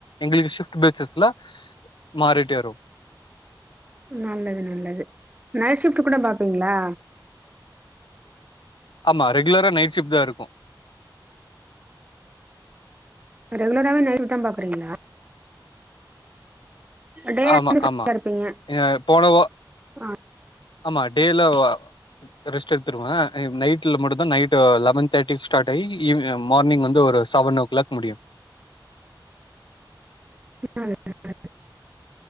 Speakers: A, on the left; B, on the right.
A: எங்களுக்கு ஷிஃப்ட் பேசிஸ்ல மாறிட்டேருக்கு
B: நல்லது நல்லது நைட் ஷிப்ட் கூட பாப்பீங்களா
A: ஆமா ரெகுலரா நைட் ஷிப்ட் தான் இருக்கும்
B: ரெகுலராவே லைன் தான் பாக்குறீங்களா டேல
A: ஆமா
B: வந்து ஃப்ரீயா
A: ஆமா
B: இருப்பீங்க
A: எ போனா
B: ஆ
A: ஆமா டேல வ ரெஸ்ட் எடுத்துடுவேன் நைட்ல மட்டும் தான் நைட் லெவன் தேர்ட்டி ஸ்டார்ட் ஆகி இ மார்னிங் வந்து ஒரு சவன்னோக்ளாக் முடியும்
B: நல்ல நல்லது